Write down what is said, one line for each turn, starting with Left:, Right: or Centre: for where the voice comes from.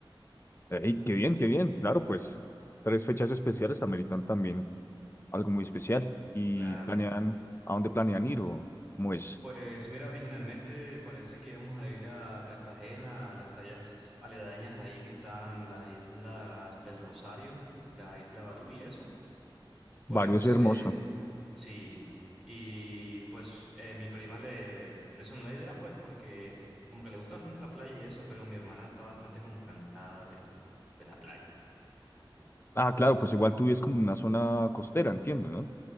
Left: Ey, qué bien, qué bien. Claro, pues tres fechas especiales ameritan también algo muy especial. Y
Centre: Claro.
Left: planean, ¿a dónde planean ir o cómo es?
Centre: Pues mira, originalmente parece que íbamos a ir a Cartagena, a las playas aledañas ahí que están las islas del Rosario, la isla Barú y eso. Pues
Left: Barrio hermoso.
Centre: eh, sí, y pues eh, mi prima le, le sonó la idea pues porque como que le gusta bastante la playa y eso, pero mi hermana está bastante como cansada de, de la playa.
Left: Ah, claro, pues igual tú vives como en una zona costera, entiendo, ¿no?